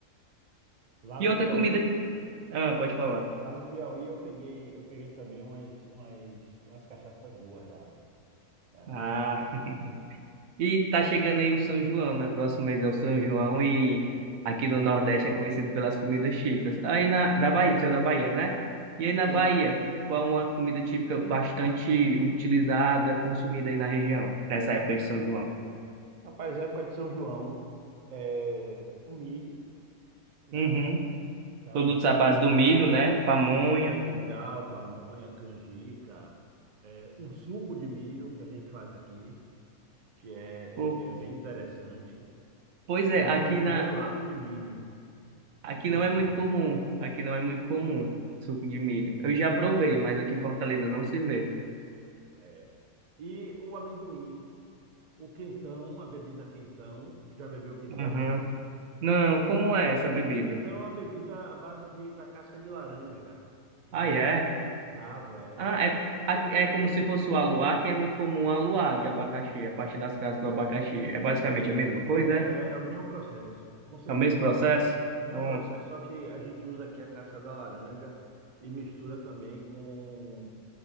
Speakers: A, on the right; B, on the right.
A: Lá
B: E
A: no
B: outra
A: Piauí,
B: comida. Ah, pode falar.
A: lá no Piauí eu peguei, eu peguei também umas, umas, umas cachaças boas lá, né?
B: Ah. <laughs> E tá chegando aí o São João, né? Próximo mês é o São João e
A: É.
B: aqui no Nordeste é conhecido pelas comidas típicas. Aí na, na Bahia, o seu é da Bahia, né? E aí na
A: Sim.
B: Bahia, qual é uma comida típica bastante utilizada, consumida aí na região, nessa época de São João?
A: Rapaz, época de São João, é, o milho, né?
B: Uhum.
A: Então,
B: Produtos à base do
A: nós
B: milho,
A: temos
B: né? Pamonha.
A: é, mingau, pamonha, canjica, é, um suco de milho que a gente faz aqui, que é,
B: Pô,
A: que é bem interessante.
B: Pois é,
A: É um
B: aqui
A: suco
B: na,
A: gelado de milho,
B: aqui
A: muito
B: não é muito
A: bom.
B: comum. Aqui não é muito comum suco de milho. Eu já provei, mas aqui em Fortaleza não se vê.
A: É. E o amendoim, o quentão, a bebida quentão. Já bebeu quentão?
B: Aham. Não, como é essa bebida?
A: Quentão é uma bebida à base de, da casca de laranja, né?
B: Ah, é?
A: Com Cravo, é.
B: Ah,
A: Uma
B: é, a-
A: bebida
B: é
A: muito,
B: como se
A: muito
B: fosse
A: boa
B: o aluá,
A: também.
B: que é muito comum o aluá de abacaxi, a partir das cascas do abacaxi. É basicamente a mesma coisa,
A: É, é,
B: é?
A: é o mesmo processo, com certeza.
B: É o mesmo processo?
A: O Mesmo
B: Hum.
A: processo, só que a gente usa aqui a casca da laranja e mistura também com,